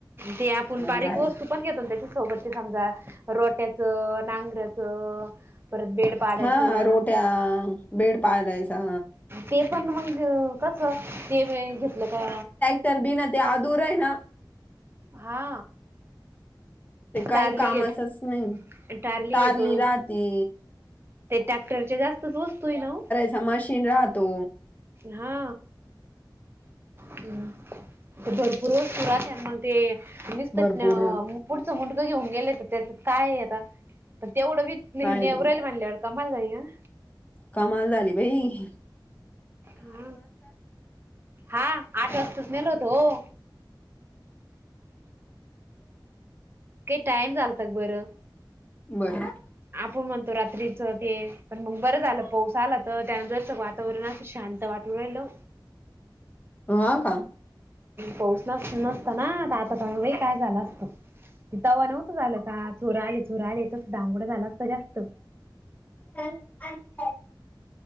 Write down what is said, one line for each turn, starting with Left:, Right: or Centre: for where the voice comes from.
Right: ते आपण
Left: मग
Right: बारीक
Left: काय
Right: वस्तू. ण घेतो त्याच्या सोब समजा रोट्याच नांगऱच परत बेड. पाडायचं
Left: हा रोट्या बेड पाहालायचा.
Right: ते पण मग कसं ते वेळ घेतलं का?
Left: तर बीन ते आदूर आहे ना.
Right: हा.
Left: ते काही
Right: टार्ली
Left: कामाचच
Right: घेत
Left: नाही.
Right: टार्ली
Left: तारली
Right: घेतो.
Left: राहती
Right: ते ट्रॅक्टर चे जास्तचोस्तो ना.
Left: ह मशीन राहतो.
Right: हा हम्म भरपूर वस् पुरात आहे मग. ते मस्त
Left: भरपूर
Right: न. पुढचं मुटकं घेऊन गेलं तर त्याच काय आता प तेवढं वीच नेवराल
Left: काय बाई
Right: म्हणल्यावर. कमाल वही न.
Left: कमाल झाली भाई.
Right: ह हा आठ वाजताच नेलो होतो. काही टाइम चालत क बरं.
Left: बरं.
Right: आपण म्हणतो रात्रीचं ते पण मग बरं झालं पाऊस आला तर त्यान जर स वातावरण असं शांत वाटत. तू राहिलो.
Left: ह का?
Right: पोचण नसत ना आता त वेळ काय झाला असतो. ति तवा नव्हतं झालं का चुर आले चोर आले तस धांगड झाला असत जास्त.
Left: ह आ.